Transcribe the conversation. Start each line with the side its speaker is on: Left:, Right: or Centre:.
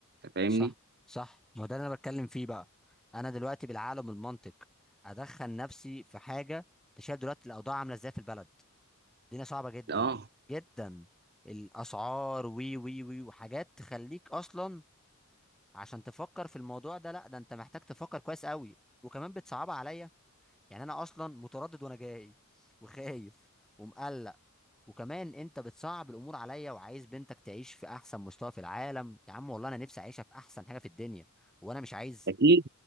Right: أنت فاهمني
Centre: صح صح ما هو ده اللي انا بتكلم فيه بقى انا دلوقتي بالعقل وبالمنطق ادخل نفسي في حاجه انت شايف دلوقتي الاوضاع عامله ازاي في البلد الدنيا صعبة جدا
Right: اه
Centre: جدا الأسعار وي وي وي وحاجات تخليك أصلا عشان تفكر في الموضوع ده لا ده أنت محتاج تفكر كويس قوي وكمان بتصعبها عليا يعني أنا أصلا متردد وأنا جاي وخايف ومقلق وكمان أنت بتصعب الأمور عليا وعايز بنتك تعيش في أحسن مستوى في العالم يا عم والله أنا نفسي أعيشها في أحسن حاجة في الدنيا وأنا مش عايز
Right: اكيد